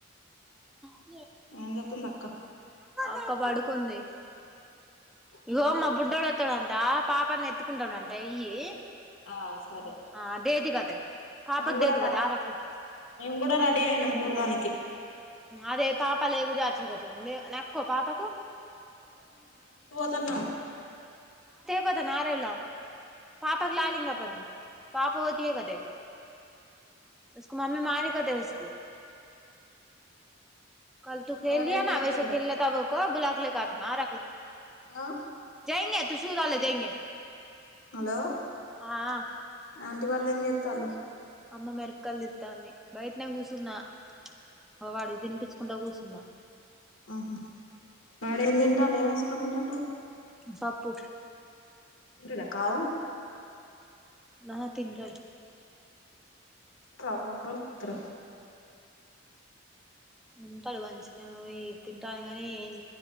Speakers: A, in the centre; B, on the left.
A: <inaudible>
B: ఎం జెతందాక్క
A: అక్క పడుకుంది
B: బుడ్డోడు
A: ఇగో
B: ఏం చేత్తాండు
A: మా బుడ్డోడోతడంట పాపని ఎత్తుకుంటారంట ఇయ్యి
B: ఆ సరే
A: ఆ దది కతే పాపకి
B: మేము కూడా
A: దది కతే ఆ రలే
B: మేము కూడా రెడీ అయినాం పోదానికి
A: అదే పాప లేకు జాతికతే లే నక్కుో పాపకు
B: తన
A: కొద నారవలా పాపాకి ాలంగ ప పాప పోతియ కతే కు మమ్మీ మారి కదకు కల్ తూ
B: మా
A: ేల్
B: వాళ్ళు
A: లేనా
B: ఏం చేత్తాళ్ళు
A: వైసేల్లేత కబ్ బులాకలే కా రకలే
B: హలో
A: ఆ ఆ
B: హలో ఆంటీ వాళ్ళు ఏం చెత్తళ్ళు
A: అమ్మ మెరుపకాయలుతితంది బయాట్నే కూర్చున్నా అగొ వాడికి తినిపించుకుంటా కూసు న్నా
B: ఆహ వాడెం చేతండు ఏం ఏస్కో తింటాండు తింటంట అడు
A: పప్పు
B: ంటడా కారం
A: ఆ తింటాడు
B: ట్ర మరి రెండురోలు తర
A: ఉంటాడు మంచిినే తింతాండూ కాని ఏం